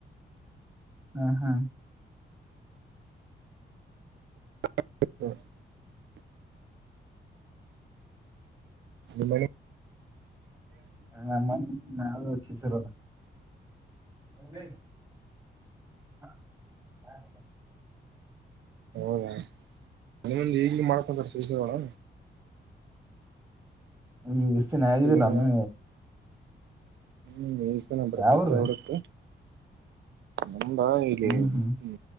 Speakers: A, on the right; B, on the right.
A: ಹಾ ಹಾ
B: ಹ ನಿಮ್ಮ ಮನೆ
A: ನಮ್ಮ ನಾವು ಶಿಸರ <inaudible>
B: ಹೌದಾಹಗ ಮಾಡಕೊಂತೋಣ
A: ಈ ಇಸತಿನ ಆಗಿದಿಲ್ಲಾನ
B: ಜನ ಹ್ಮ್ ನೀಷ್ಟ ನ್ರ
A: ಯಾವ್ರ
B: ಕಚ್ಚಾ ಹಡಕ್ಕೆ ನಮ್ಮಾ ಇಲ್ಲಿಮ
A: ಹ್ಮ್ ಹ್ಮ್